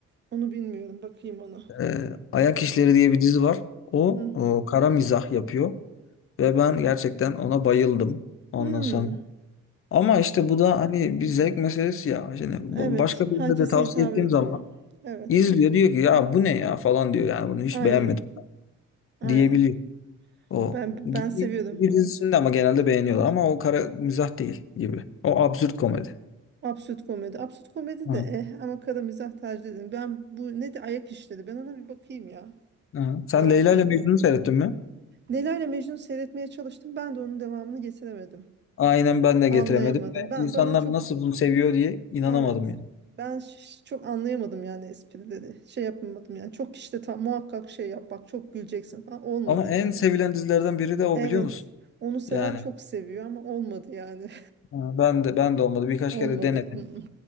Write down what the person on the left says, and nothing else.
Ee, Ayak İşleri diye bir dizi var. O,
o kara mizah yapıyor ve ben gerçekten ona bayıldım ondan
sonra. Ama işte bu da hani bir zevk meselesi ya. Şimdi bu-
başka birine
de tavsiye
ettiğim
zaman
izliyor diyor ki ya bu ne ya falan diyor yani bunu hiç
beğenmedim
diyebiliyor o.
Gibi,
gibi dizisinde ama genelde beğeniyorlar ama o kara mizah değil gibi. O absürt komedi.
Hı.
Hı. Sen
Leyla
ile Mecnun'u seyrettin mi?
Aynen ben de
getiremedim.
İnsanlar
nasıl bunu seviyor diye inanamadım
yani.
Ama
en sevilen dizilerden biri de o
biliyor musun?
Yani
ha, ben de ben de olmadı.
Birkaç
kere denedim.